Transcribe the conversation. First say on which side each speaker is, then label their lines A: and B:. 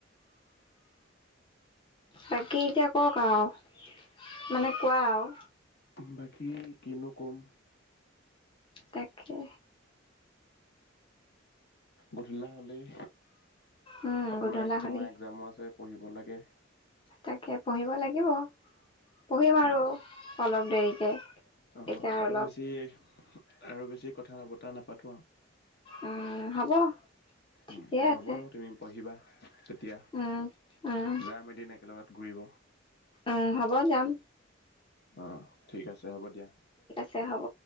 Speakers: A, on the left; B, on the left.
A: বাকী এতিয়া কওক আৰু মানে কোৱা আৰু
B: বাকী কিনো কম
A: তাকে
B: গধূলা হ'লেই
A: উম
B: আপোনাৰ
A: গধূলা
B: তোমাৰ
A: হ'লি
B: একজামো আছে পঢ়িব লাগে
A: তাকে পঢ়িব লাগিব পঢ়িম আৰু
B: অ
A: অলপ দেৰিকে
B: অ
A: এতিয়া
B: আৰু
A: অলপ
B: বেছি আৰু বেছি কথা নাপ কথা নাপাতোঁ আৰু
A: উম হব ঠিকে
B: উম হ'ব
A: আছে
B: আৰু তুমি পঢ়িবা তেতিয়া
A: উম উম
B: যাম এদিন একেলগত ঘূৰিব
A: উম হ'ব যাম
B: অ ঠিক আছে দে হ'ব দিয়া
A: ছে হ'ব